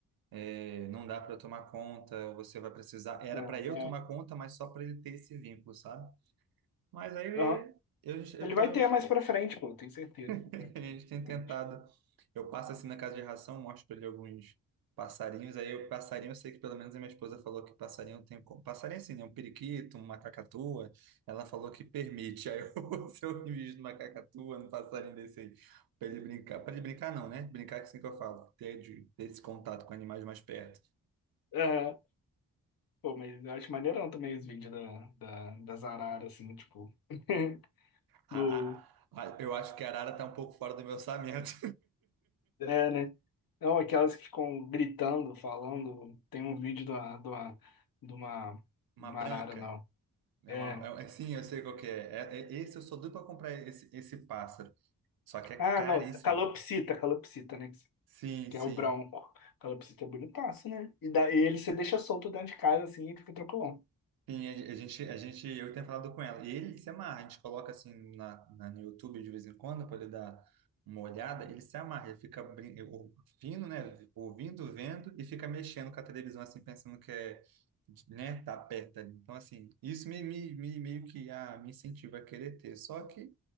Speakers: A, on the right; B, on the left.
A: é, não dá para tomar conta, você vai precisar... Era
B: Não,
A: para eu
B: é.
A: tomar conta, mas só para ele ter esse vínculo, sabe? Mas aí eu,
B: Aham.
A: eu eu
B: Ele
A: tô,
B: vai ter mais pra frente, pô, tenho certeza
A: <laughs>
B: que vai ter
A: a gente
B: mais pra
A: tem tentado.
B: frente.
A: Eu passo assim na casa de ração, mostro para ele alguns passarinhos. Aí o passarinho, eu sei que pelo menos a minha esposa falou que passarinho tem. co- Passarinho assim, né? Um periquito, uma cacatua. Ela falou que permite. Aí eu, <laughs> se eu invisto numa cacatua, num passarinho desse aí, para ele brincar. Para ele brincar, não, né? Brincar que assim que eu falo, ter, de- ter esse contato com animais mais perto.
B: Aham. Pô, mas eu acho maneirão também os vídeos da, da, das araras, assim, tipo. <laughs>
A: A-
B: do
A: a- a- eu acho que a arara tá um pouco fora do meu orçamento.
B: É, né? Não, aquelas que ficam gritando, falando. Tem um vídeo da- da- de uma,
A: <laughs> Uma
B: uma
A: branca.
B: barara, não.
A: É
B: É.
A: uma, é- é- sim, eu sei qual que é. É- é- Esse eu sou doido para comprar esse, esse pássaro. Só que é
B: Ah,
A: caríssimo.
B: não, calopsita, calopsita, né?
A: Sim,
B: Que
A: sim.
B: é o branco. Calopsita é bonitaço, né? E daí ele você deixa solto dentro de casa assim e fica tranquilão.
A: Sim, a, a gente, a gente, eu tenho falado com ela. E ele se amarra. A gente coloca assim na, na- no YouTube de vez em quando para ele dar uma olhada. Ele se amarra. Ele fica brin- ou- ouvindo, né? Ouvindo, vendo e fica mexendo com a televisão assim, pensando que é, né? Tá perto ali. Então assim, isso me, me, me- meio que ah, me incentiva a querer ter. Só que